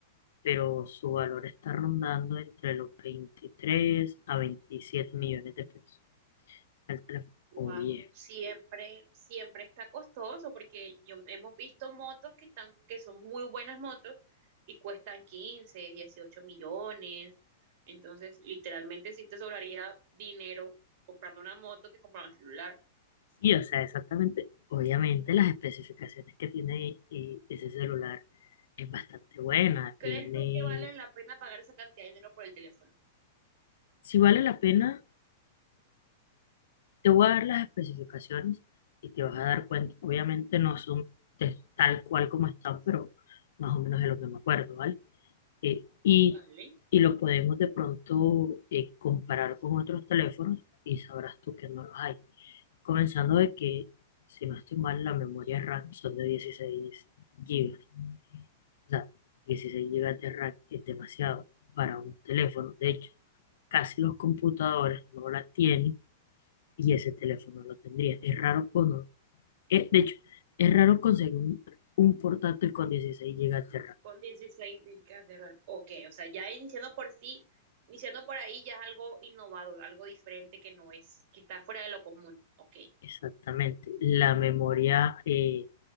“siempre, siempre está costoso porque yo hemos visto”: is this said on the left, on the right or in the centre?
Right